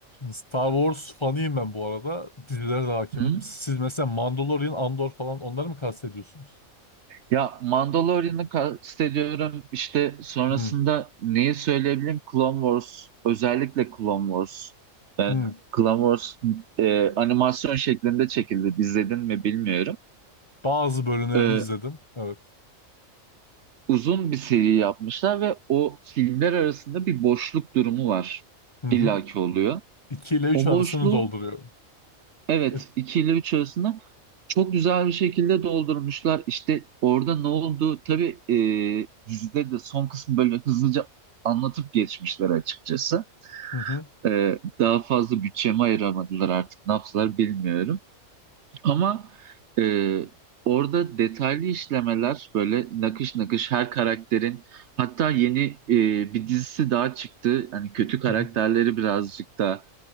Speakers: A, on the left; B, on the right.
A: Star Wars fanıyım ben bu arada. Dizilere de hakimim.
B: Hı
A: Siz mesela Mandalorian, Andor falan onları mı kastediyorsunuz?
B: Ya Mandalorian'ı kastediyorum İşte sonrasında
A: Hı,
B: neyi söyleyebilirim? Clone Wars özellikle Clone Wars.
A: hı.
B: Clone Wars e, animasyon şeklinde çekildi. İzledin mi bilmiyorum.
A: Bazı bölümlerini
B: E,
A: izledim. Evet.
B: uzun bir seri yapmışlar ve o filmler arasında bir boşluk durumu var.
A: Hı hı.
B: İllaki oluyor.
A: 2 ile 3
B: O
A: arasını
B: boşluğu
A: dolduruyorum.
B: evet
A: E,
B: 2 ile 3 arasında çok güzel bir şekilde doldurmuşlar. İşte orada ne oldu? Tabii e, dizide de son kısmı böyle hızlıca anlatıp geçmişler açıkçası.
A: Hı hı.
B: E, daha fazla bütçemi ayıramadılar artık ne yaptılar bilmiyorum. Ama e, orada detaylı işlemeler böyle nakış nakış her karakterin hatta yeni e, bir dizisi daha çıktı. Hani kötü karakterleri
A: Hı hı.
B: birazcık da